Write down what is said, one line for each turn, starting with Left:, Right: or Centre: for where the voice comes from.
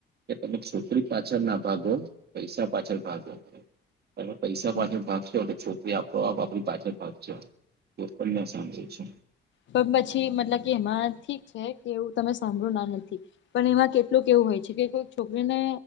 Right: કે તમે <unintelligible> પાછળ ના ભાગો પૈસા પાછળ ભાગો તમે પૈસા
Left: હમ્મ.
Right: પાછળ ભાગશો એ છોકરી આપ તોવાબ આપડી પાછળ ફક છે એ પણ અમે સાંભળે છે.
Left: પણ પછી મતલબ કે એમાં ઠીક છે કે એવું તમે સાંભળ્યું ના નથી પણ એમાં કે ટલું એવું હોય છે કે કોઈક છોકરીને